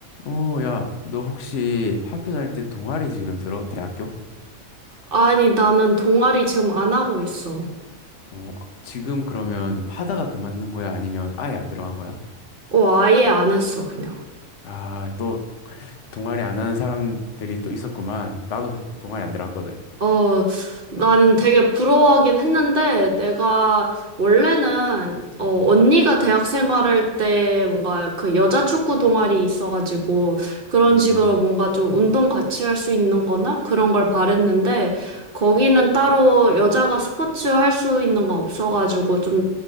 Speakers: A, on the left; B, on the right.
A: 어, 야, 너 혹시 학교 다닐 때 동아리 지금 들어? 대학교?
B: 아니, 나는 동아리 지금 안 하고 있어.
A: 어, 지금 그러면 하다가 그만둔 거야? 아니면 아예 안 들어간 거야?
B: 어, 아예 안 했어, 그냥.
A: 아, 또 동아리 안 하는 사람들이 또 있었구만. 나도 사실 동아리 안 들어갔거든.
B: 어, 나는 되게 부러워하긴 했는데, 내가 원래는, 어, 언니가 대학 생활할 때 뭔가 그 여자 축구 동아리 있어가지고, 그런
A: 음.
B: 식으로 뭔가 좀 운동 같이 할 수 있는 거나 그런 걸 바랬는데, 거기는 따로 여자가 스포츠 할 수 있는 거 없어가지고, 좀,